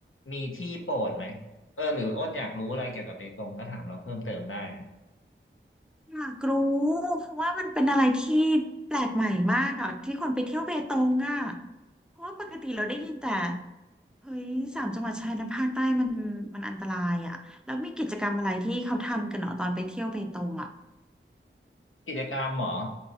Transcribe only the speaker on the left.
มีที่โปรดไหมเออหรืออ้นอยากรู้อะไรเกี่ยวกับเบตงก็ถามเราเพิ่มเติมได้นะ
กิจกรรมเหรอ